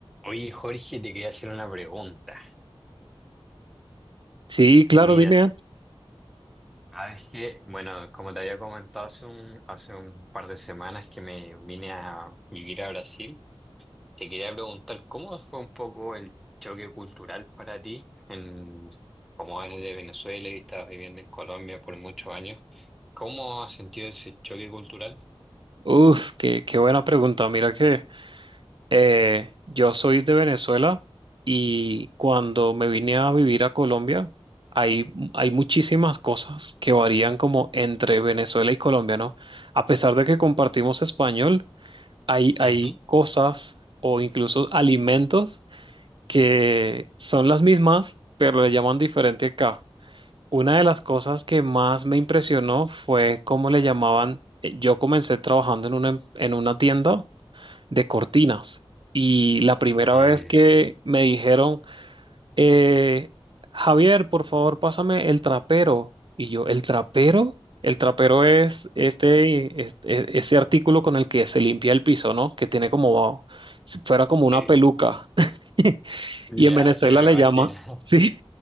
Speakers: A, in the centre; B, on the right.
A: Oye, Jorge, te quería hacer una pregunta.
B: Sí, claro,
A: Mira,
B: dime.
A: sabes que, bueno, como te había comentado hace un, hace un par de semanas que me vine a vivir a Brasil, te quería preguntar cómo fue un poco el choque cultural para ti, en, como eres de Venezuela y estabas viviendo en Colombia por muchos años. ¿Cómo has sentido ese choque cultural?
B: Uf, qué, qué buena pregunta. Mira que eh, yo soy de Venezuela y cuando me vine a vivir a Colombia, hay, hay muchísimas cosas que varían como entre Venezuela y Colombia, ¿no? A pesar de que compartimos español, hay, hay
A: Ujú.
B: cosas o incluso alimentos que son las mismas, pero le llaman diferente acá. Una de las cosas que más me impresionó fue cómo le llamaban. eh, Yo comencé trabajando en una, em- en una tienda de cortinas y la primera
A: Mm.
B: vez que me dijeron, eh, Javier, por favor, pásame el trapero. Y yo, ¿el trapero? El trapero es este, es- e- ese artículo con el que se limpia el piso, ¿no? Que tiene como, si fuera como una
A: Eh,
B: peluca. <laughs>
A: ya
B: Y en Venezuela
A: se me
B: le
A: imagino.
B: llaman, <laughs> sí,